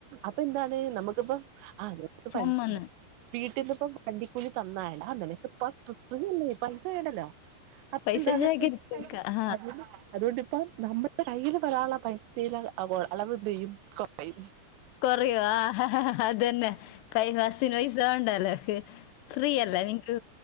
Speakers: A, on the right (about 85°); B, on the left (about 80°).
A: അപ്പൊ എന്താണ് നമ്മുക്കിപ്പ ആളു കൾക്
B: ചമ്മന്ന്.
A: പൈസ വീട്ടിന്നിപ്പം വണ്ടിക്കൂലി തന്നായണ നിനക്ക് ഇപ്പം പൈസ വേണ്ടല്ലോ
B: പൈസ
A: എന്താണിപ്പം
B: ശേഖരിച്ച് വെക്ക. ആ,
A: <unintelligible> അതുകൊണ്ട് ഇപ്പം നമ്മുടെ കയ്യിൽ വരാനുള്ള പൈസയില് അളവ് എന്ത് ചെയ്യും കുറയും
B: കൊറയോ ആ ഹഹഹ അതന്നെ കൈ ബസ്സിന്‌ പൈസ വേണ്ടല്ലോ ഫ്രീയല്ലേ നിങ്ങക്ക്